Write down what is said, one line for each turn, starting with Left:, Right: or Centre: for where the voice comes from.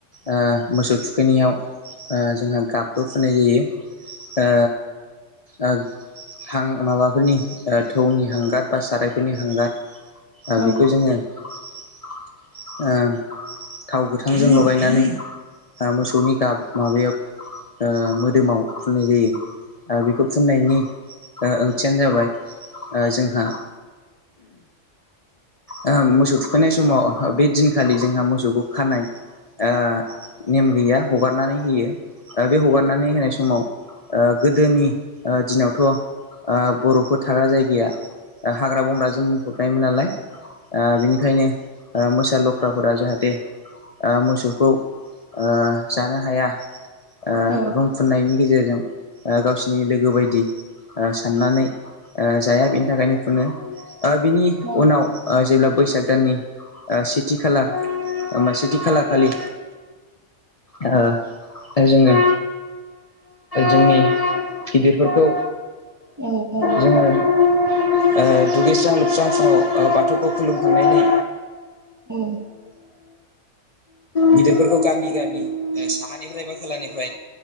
Left: ओ मोसौ थुखैनायाव ओ जोंहा गाबबो फुननाय जायो। ओ ओ हां माबाफोरनि ओ थौनि हांगार बा सारायफोरनि हांगार ओ
Right: औ
Left: बि दिनो ओ थाव गोथांजों लगायनानै ओ मोसौनि गाब माबायाव ओ मोदोमाव फुननाय जायो ओ बेखौ फुननायनि ओ ओंथियानो जाबाय ओ जोंहा ओक्षमोसौ थुखैनाय समाव बे दिनखालि जोंहा मोसौखौ खानाय ओ नेम गैया हगारनानै होयो बे हगारनानै होनाय समाव ओ गोदोनि ओ दिनावथ' ओ बर'फोर थाग्रा जायगाया ओ हाग्रा बंग्राजों बुंफबनायमोन नालाय। ओ बिनिखायनो ओ मोसा लख्राफोरा जाहाथे ओ मोसौखौ ओ जानो हाया ओ
Right: औ
Left: रं फुननायनि गेजेरजों ओ गावसिनि लोगो बायदि ओ साननानै ओ जाया बेनि थाखायनो फुनो बिनि
Right: औ
Left: उनाव ओ जेब्ला बैसाग दाननि ओ सेथि खालार ओ सेथि खालार खालि ओ ओ जोङो जोंनि गिदिरफोरखौ
Right: औ औ।
Left: ओ ओ दुगैस्रां लोबस्रां फुङाव ओ बाथौ खौ खुलुमखांनायनि
Right: उम।
Left: गिदिरफोरखौ गामि गामि साहानिफ्राय बा खोलानि ओमफाय